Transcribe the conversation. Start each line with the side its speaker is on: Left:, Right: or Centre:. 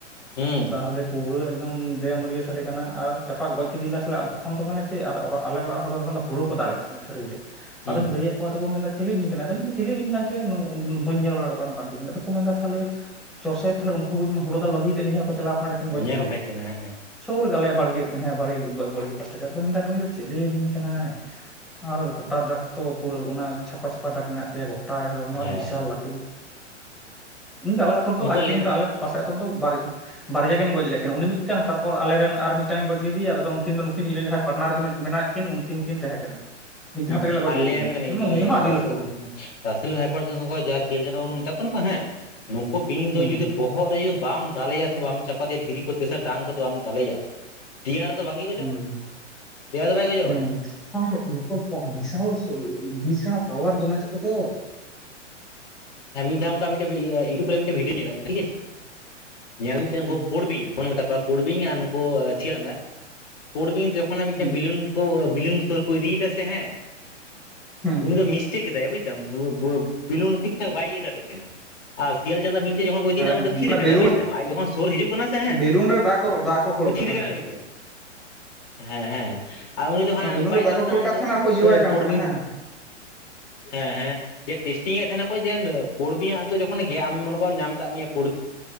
Left: ᱦᱩᱸ
Centre: ᱛᱟᱦᱮᱞᱮᱵ ᱯᱩᱨᱟᱹ ᱮᱠᱫᱚᱢ ᱫᱮᱢᱟᱹᱨᱤᱭᱟᱹ ᱥᱟᱰᱮ ᱠᱟᱱᱟ ᱟᱨ ᱪᱟᱯᱟᱜ ᱜᱚᱡ ᱠᱮᱫᱮ ᱭᱟᱞᱮ ᱥᱟᱞᱟᱜ ᱛᱚᱠᱷᱚᱱ ᱫᱚ ᱢᱟᱱᱮ ᱪᱮᱫ ᱟᱨ ᱚᱨᱼᱟᱜ ᱟᱞᱮ ᱚᱲᱟᱜ ᱦᱚᱲ ᱫᱚ ᱛᱚᱠᱷᱚᱱ ᱫᱚ ᱦᱩᱲᱩ ᱠᱚ ᱫᱟᱞᱮᱫ ᱛᱟᱦᱮᱸᱱᱟ ᱠᱷᱟᱹᱨᱟᱹᱭ ᱨᱮ
Left: ᱦᱩᱸ
Centre: ᱟᱫᱚᱧ ᱞᱟᱹᱭ ᱟᱫ ᱠᱚᱣᱟ, ᱟᱫᱚ ᱠᱚ ᱢᱮᱱ ᱫᱟ ᱪᱤᱞᱤ ᱵᱤᱧ ᱠᱟᱱᱟᱭ? ᱟᱫᱚᱧ ᱢᱮᱱ ᱫᱟ ᱪᱤᱞᱤ ᱵᱤᱧ ᱠᱟᱱ ᱪᱚᱭ, ᱱᱩᱻᱜ ᱵᱟᱹᱧ ᱧᱮᱞ ᱵᱟᱲᱟ ᱠᱟᱜ ᱠᱚᱣᱟ ᱱᱚᱸᱠᱚᱱ ᱠᱳᱫᱚ, ᱟᱫᱚ ᱢᱮᱱ ᱫᱟ ᱠᱚ ᱛᱟᱦᱮᱞᱮ ᱪᱚᱥᱮ ᱛᱟᱦᱮᱞᱮ ᱩᱱᱠᱩ ᱦᱚᱸ ᱵᱩᱡᱽ ᱢᱮ ᱦᱩᱲᱩ ᱫᱟᱞ ᱵᱟᱹᱜᱤ ᱭᱟᱛᱮᱫ ᱧᱮᱧᱮᱞ ᱠᱚ ᱪᱟᱞᱟᱣ ᱠᱟᱱᱟ ᱡᱟᱥᱮᱱ ᱜᱚᱡ᱾
Left: ᱧᱮᱞ
Centre: ᱠᱟᱫᱮᱭᱟ
Left: ᱦᱩᱭ ᱠᱟᱱᱟ, ᱦᱮᱸ ᱦᱮᱸ᱾
Centre: ᱥᱩᱨ ᱜᱮᱭᱟ ᱟᱞᱮᱭᱟᱜ ᱵᱟᱲᱜᱮᱵ ᱦᱮᱸ ᱵᱟᱲᱜᱮ ᱵᱟᱜ ᱵᱟ ᱵᱟᱲᱜᱮ ᱯᱟᱥᱴᱟ ᱜᱮ ᱟᱫᱚ ᱠᱚ ᱢᱮᱱ ᱮᱫᱟ ᱱᱩᱭ ᱫᱚ ᱪᱮᱞᱤ ᱵᱤᱧ ᱠᱟᱱᱟᱭ? ᱟᱨ ᱜᱚᱴᱟ ᱫᱟᱜᱽ ᱛᱚ ᱯᱩᱨᱟᱹ ᱚᱱᱟ ᱪᱷᱟᱯᱟ ᱪᱷᱟᱯᱟ ᱫᱟᱜᱽ ᱢᱮᱱᱟᱜ ᱛᱟᱭᱟ ᱜᱚ- ᱛᱟᱜᱽ ᱦᱚᱲᱢᱚ
Left: ᱦᱮᱸ
Centre: ᱟᱨ ᱵᱤᱥᱟᱞ ᱞᱟᱹᱴᱩ ᱤᱧ ᱫᱚ ᱟᱞᱮ ᱟᱹᱛᱩ ᱨᱮ ᱫᱚ
Left: ᱩᱱᱠᱩ
Centre: ᱟᱡ ᱯᱚᱨᱡᱚᱱᱛᱚ
Left: ᱞᱟᱹᱭ ᱦᱩᱸ
Centre: ᱟᱞᱮ ᱯᱟᱥ ᱟ ᱛᱚ ᱫᱚ ᱵᱟᱨ ᱮᱸ ᱵᱟᱨᱭᱟ ᱜᱮᱧ ᱜᱚᱡ ᱞᱮᱜ ᱩᱱᱤ ᱢᱤᱫᱴᱟᱝ ᱛᱟᱯᱚᱨ ᱟᱞᱮ ᱨᱮᱱ ᱟᱨ ᱢᱤᱫᱴᱟᱝ ᱤᱧ ᱜᱚᱡ ᱞᱤᱫᱤᱭᱟ ᱟᱫᱚ ᱩᱱᱠᱤᱱ ᱫᱚ ᱱᱩᱠᱤᱱ ᱤᱧ ᱨᱮᱱ ᱡᱟᱦᱟᱸᱭ ᱯᱟᱴᱱᱟᱨ ᱠᱤᱱ ᱢᱮᱱᱟᱜ ᱠᱤᱱ ᱩᱱ ᱩᱱᱠᱤᱱ ᱠᱤᱱ ᱛᱟᱦᱮᱸ ᱠᱟᱱᱟ
Left: ᱦᱩᱸ
Centre: ᱢᱤᱫ ᱫᱷᱟᱣ ᱛᱮᱜᱮᱞᱮ ᱜᱚᱡ
Left: ᱟᱨ
Centre: ᱞᱤᱫᱤᱭᱟ
Left: ᱞᱟᱹᱭᱟᱢ ᱠᱟᱹᱱᱟᱹᱧ
Centre: ᱦᱩᱸ ᱩᱱᱤ
Left: ᱤᱭᱟᱹ
Centre: ᱦᱚᱸ ᱟᱹᱰᱤ
Left: ᱨᱟᱥᱮᱞ
Centre: ᱞᱟᱹᱴᱩ᱾
Left: ᱨᱟᱥᱮᱞ ᱦᱟᱭᱯᱚᱴ ᱡᱟᱦᱟᱸ <unintelligible> ᱪᱟᱸᱚᱱ <unintelligible> ᱢᱮᱛᱟ ᱠᱚ ᱠᱟᱱᱟ ᱵᱟᱝ ᱦᱮᱸ ᱱᱩᱠᱩ ᱵᱤᱧ
Centre: ᱦᱩᱸ
Left: ᱫᱚ ᱡᱩᱫᱤ ᱵᱚᱦᱚᱜ ᱨᱮ ᱡᱩᱫᱤ ᱵᱟᱢ ᱫᱟᱞᱮᱭᱟ ᱥᱮ ᱵᱟᱢ ᱪᱟᱯᱟᱫᱮᱭᱟ ᱫᱷᱤᱨᱤ ᱠᱚᱛᱮ ᱥᱮ ᱰᱟᱝ ᱠᱚᱛᱮ ᱵᱟᱢ ᱫᱟᱞᱮᱭᱟ ᱫᱮᱭᱟ ᱨᱮᱫᱚ ᱵᱟᱝᱜᱮ ᱜᱚᱡᱚᱜ
Centre: ᱦᱩᱸ
Left: ᱫᱮᱭᱟ ᱨᱮᱫᱚ ᱵᱟᱭ ᱜᱚᱡᱚᱜᱼᱟᱭ᱾
Centre: ᱦᱩᱸ ᱟᱨ ᱱᱩᱠᱩ ᱴᱟᱜ ᱵᱤᱥᱟᱞ ᱥᱮ ᱵᱤᱥᱟᱜ ᱯᱟᱣᱟᱨ ᱫᱚᱢᱮ ᱛᱟᱠᱚ ᱛᱚ
Left: ᱦᱮᱸ ᱢᱤᱫ ᱫᱷᱟᱣ ᱚᱝᱠᱟ ᱢᱤᱫᱴᱮᱜ ᱵᱤ ᱤᱭᱟᱹ ᱤᱩᱴᱩᱵᱽ ᱨᱮ ᱢᱤᱫᱴᱮᱜ ᱵᱷᱤᱰᱤᱭᱳ ᱧᱮᱞᱮᱫ ᱛᱟᱸᱦᱮ ᱴᱷᱤᱠ ᱟᱪᱮ ᱧᱮᱞ ᱢᱤᱫᱴᱮᱱ
Centre: ᱦᱩᱸ
Left: ᱱᱩᱠᱩ ᱯᱩᱸᱰ ᱵᱤᱧ ᱵᱚᱱ ᱢᱮᱛᱟ ᱠᱚᱣᱟ ᱯᱩᱸᱰ ᱵᱤᱧᱟᱜ ᱟᱨ ᱱᱩᱠᱩ ᱥᱤᱭᱟᱹ ᱫᱟ ᱯᱩᱸᱰ ᱵᱤᱧ ᱡᱚᱠᱷᱚᱱ
Centre: ᱦᱩᱸ
Left: ᱢᱤᱫᱴᱮᱱ ᱵᱤᱞᱩᱱ ᱠᱩ ᱵᱤᱞᱩᱱ ᱥᱩᱨ ᱠᱩ ᱤᱫᱤᱭᱮᱫᱟ ᱥᱮ ᱦᱮᱸ
Centre: ᱦᱩᱸ
Left: ᱩᱱᱤ ᱫᱚ ᱢᱤᱥᱴᱮᱠ ᱮᱫᱟᱭ ᱵᱩᱡᱫᱟᱢ ᱵᱩ ᱵᱩ ᱵᱤᱞᱩᱱ ᱴᱷᱤᱠ ᱴᱷᱟᱠ ᱵᱟᱭ ᱤᱭᱟᱹ ᱫᱟᱲᱮᱜ ᱠᱟᱱᱟ᱾ ᱟᱨ ᱥᱤᱭᱟᱞ ᱪᱟᱸᱫᱟ ᱵᱤᱧ ᱴᱷᱮᱜ ᱡᱚᱠᱷᱚᱱ ᱠᱚ ᱤᱫᱤᱭ
Centre: ᱦᱮᱸ
Left: ᱫᱟ
Centre: ᱦᱮᱸ
Left: ᱩᱱ ᱫᱚ ᱛᱷᱤᱨ ᱠᱟᱱᱟᱭ
Centre: ᱵᱮᱞᱩᱱ
Left: ᱵᱩᱡᱽ ᱫᱟᱢ ᱟᱡ ᱡᱚᱠᱷᱚᱱ ᱥᱩᱨ ᱦᱤᱡᱩᱜ ᱠᱟᱱᱟ ᱥᱮ ᱦᱮᱸ
Centre: ᱵᱮᱞᱩᱱ ᱨᱮ ᱫᱟᱜ ᱠᱚ ᱫᱟᱜ ᱠᱚ ᱠᱷᱳᱲ ᱠᱟᱫᱟ
Left: ᱛᱷᱤᱨ ᱠᱟᱱᱟᱭ ᱱᱩᱭ ᱫᱚ ᱦᱮᱸ ᱦᱮᱸ ᱟᱨ ᱩᱱᱤ ᱫᱚ ᱦᱟᱸᱜ
Centre: ᱚᱱᱟ ᱵᱮᱞᱩᱱ
Left: ᱵᱟᱭ
Centre: ᱨᱮ ᱫᱟᱜ
Left: ᱡᱚᱥ
Centre: ᱠᱚ
Left: ᱮᱫᱟ
Centre: ᱠᱷᱳᱲ
Left: ᱦᱟᱹᱱᱤ
Centre: ᱠᱟᱜ
Left: ᱫᱚ
Centre: ᱛᱟᱦᱮᱱᱟ ᱟᱨᱠᱚ ᱤᱭᱟᱹᱣᱟᱭ
Left: ᱯᱩ
Centre: ᱠᱟᱱ
Left: ᱯᱩᱸᱰ
Centre: ᱛᱟᱦᱮᱱᱟ
Left: ᱵᱤᱧ
Centre: ᱦᱮᱸ
Left: ᱫᱚ ᱦᱮᱸ ᱦᱮᱸ ᱡᱮ ᱴᱮᱥᱴᱤᱝ ᱮᱫ ᱛᱟᱦᱮᱱᱟᱠᱚ ᱡᱮ ᱟᱹ ᱯᱩᱸᱰ ᱵᱤᱧᱭᱟᱜ ᱫᱚ ᱡᱠᱷᱚᱱ ᱜᱮ ᱟᱢ ᱢᱚᱱᱮ ᱠᱚᱢ ᱧᱟᱢ ᱠᱟᱫ ᱢᱮᱭᱟ ᱯᱩᱰ